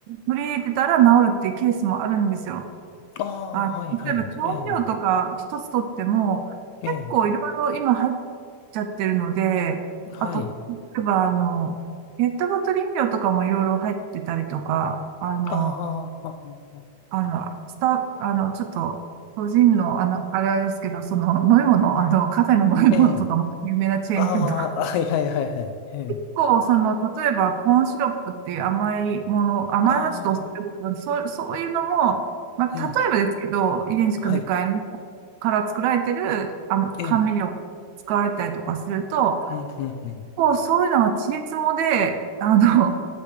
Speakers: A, on the right; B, on the left.
A: 取り入れてたら治るっていうケースもあるんですよ。
B: あ
A: あ、
B: あ、はい、はい。
A: 例えば調味料とか一つとっても、
B: ええ、ええ、
A: 結構いろいろ今入っちゃってるので、
B: はい。
A: あと、例えばあの、ペットボトル飲料とかもいろいろ入ってたりとか、あの、
B: ああ、はは
A: あの、スタ、あの、ちょっと、個人の、あの、あれですけど、その、飲み物、あの、カフェの飲み物とかも有名なチェーン店とか
B: ええ、ああ、はい、はい、はい、はい。ええ、
A: 結構、その、例えば、コーンシロップっていう甘いもの、甘いのちょっとお酢ってことなんでそう、
B: ああ、
A: そういうのも、まあ、例えばですけど、
B: ええ、
A: 遺伝子組み換え
B: はい。
A: から作られてるあ甘味料使われたりとかすると、
B: ええ、うん、うん、うん。
A: こうそういうのはちりつもで、あの、